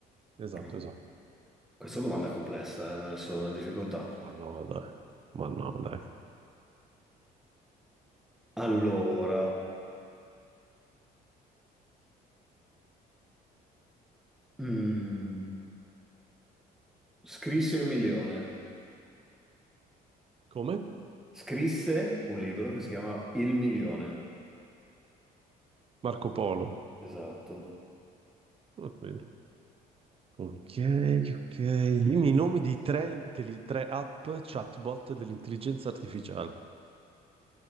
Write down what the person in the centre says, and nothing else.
No.
Questa domanda è complessa, eh, mi ha messo in difficoltà.
Allora, mm, scrisse il milione.
Scrisse un libro che si chiama Il milione.
Esatto.